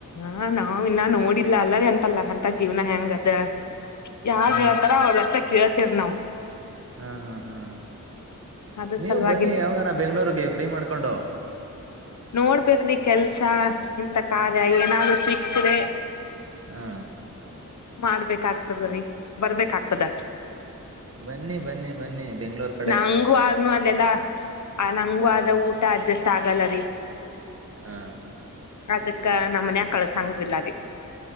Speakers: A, on the left; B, on the right.
A: ಹ ನಾವ್ ಇನ್ನ ನೋಡಿಲ್ಲ ಅಲ್ಲರಿ ಎಂತಲ್ಲ ಅಂತ ಜೀವ್ನ ಹೆಂಗ ಅದ ಯಾವಾಗ್
B: ಹಾ
A: ಹೇಳ್ತಾರ ಅವಲತ್ತ ಕೇಳ್ತೇರ್ ನಾವ್
B: ಹ್ಮ ಹಾ್ ಹ್ಮ್
A: ಅದ್ರ
B: ನೀವು
A: ಸಲುವಾಗಿನ್
B: ಬನ್ನಿ ಯಾವಾಗ ಬೆಂಗಳೂರು ಗೆ ಫ್ರೀ ಮಾಡ್ಕ ಕೊಂಡು
A: ನೋಡ್ಬೇಕೇರಿ ಕೆಲ್ಸ ಇಂಂತ ಕಾರ್ಯ ಏನಾದ್ರು ಸಿಕ್್ರೆ
B: ಹಾ
A: ಮಾಡ್ಬೇಕಾಗ್ತದ ರೀ ಬರ್ಬೇಕಾಗ್ತದ
B: ಬನ್ನಿ ಬನ್ನಿ ಬನ್ನಿ ಬೆಂಗಳೂರ್
A: ನಂಗು ಆದ್ನುೂ ಅಲ್ಲೆಲ್ಲ ಆ ನಂಗು ಆದ ಊಟ ಅಡ್ಜಸ್ಟ್ ಆಗಲ್ಲ ರೀ
B: ಹಾ
A: ಅದಕ್ಕ ನಮ್ಮ ಮನ್ಯ ಕಳ್ಸಂಗಿಲ್ಲದ